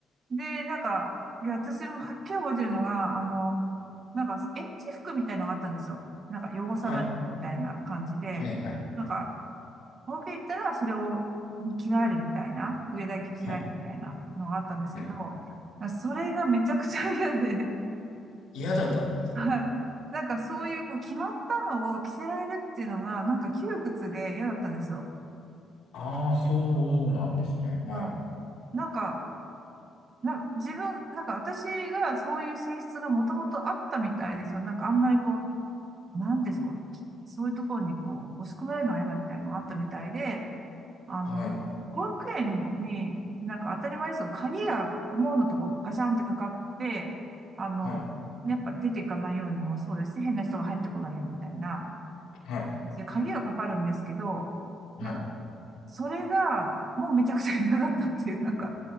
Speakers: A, on the right; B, on the left.
A: で、なんか、で、私もはっきり覚えてるのが、あの、なんか、園児服みたいのがあったんですよ。なんか、汚さないみたいな感じで、
B: はい。はい。はい。
A: なんか、東京行ったらそれを着替えるみたいな、上だけ着替えるみたいなのがあったんですけど、
B: はい。はい
A: それがめちゃくちゃ嫌で、
B: 嫌だったんです。
A: <laughs> はい。なんかそういうこう決まったのを着せられるっていうのが、なんか窮屈で嫌だったんですよ。
B: ああ、そうなんですね。
A: まあ、
B: はい。
A: なんか、な、自分、なんか私がそういう性質がもともとあったみたいで、そのなんかあんまりこう、なんでしょう、そういうところにこう、押し込められるのが嫌だみたいなのがあったみたいで、あの、
B: はい。
A: 保育園に、なんか当たり前ですよ鍵が思うのとこガシャンってかかって、あの、
B: はい。
A: やっぱ出ていかないようにもそうですし、変な人が入ってこないようにみたいな。
B: はい。
A: で、鍵がかかるんですけど、
B: はい。
A: なんか、それが、もうめちゃくちゃ嫌だったっていう、なんか、